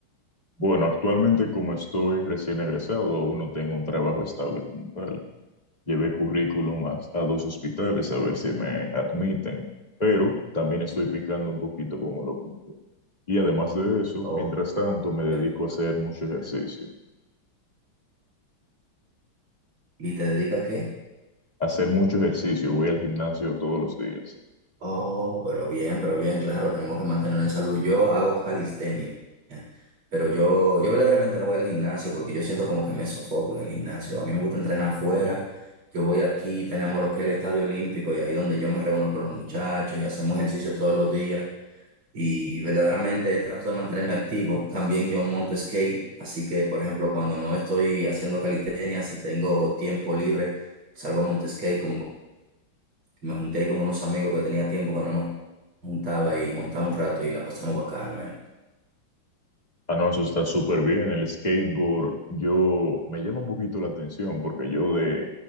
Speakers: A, on the left; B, on the right.
A: Bueno, actualmente como estoy recién egresado, aún no tengo un trabajo estable como tal, Llevé currículum a, a dos hospitales a ver si me admiten, pero también estoy picando un poquito como lo Y además de eso,
B: O-
A: mientras tanto, me dedico
B: eh,
A: a hacer mucho ejercicio.
B: ¿y te dedicas a qué?
A: Hacer mucho ejercicio, voy al gimnasio todos los días.
B: Oh, pero bien, pero bien, claro, tenemos que mantener en salud. Yo hago calistenia, pero yo, yo verdaderamente no voy al gimnasio porque yo siento como que me sofoco en el gimnasio. A mí me gusta entrenar afuera. Yo voy aquí, tenemos lo que es el Estadio Olímpico y ahí donde yo me reúno con los muchachos y hacemos ejercicio todos los días. Y verdaderamente trato de mantenerme activo. También yo monto skate, así que, por ejemplo, cuando no estoy haciendo calistenia, si tengo tiempo libre, salgo a montar skate como me junté ahí con unos amigos que tenía tiempo que no me juntaba y montamos un rato y la pasamos bacano ahí.
A: Ah, no, eso está súper bien. El skateboard, yo me llama un poquito la atención porque yo de